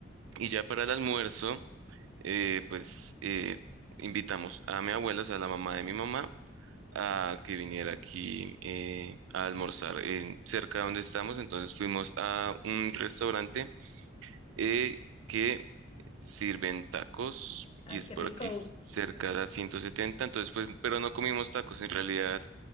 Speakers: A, on the right; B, on the left.
A: y ya para el almuerzo. eh, pues eh, invitamos a mi abuela, o sea, la mamá de mi mamá, a que viniera aquí eh, a almorzar en- cerca de donde estamos. Entonces fuimos a un restaurante eh, que sirven tacos
B: Ah,
A: y es
B: qué
A: por
B: rico.
A: aquí cerca de la 170. Entonces, pues, pero no comimos tacos en realidad.